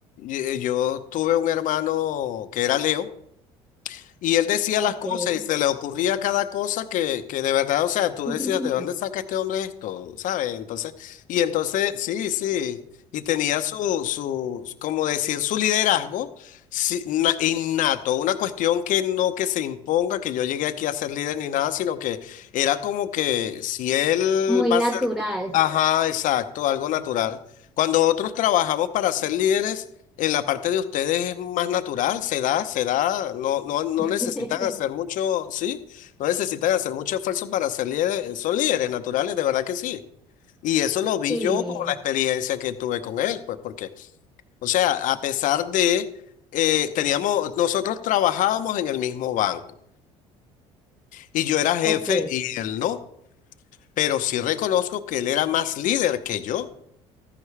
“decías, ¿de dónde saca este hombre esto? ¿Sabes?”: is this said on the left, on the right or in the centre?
Left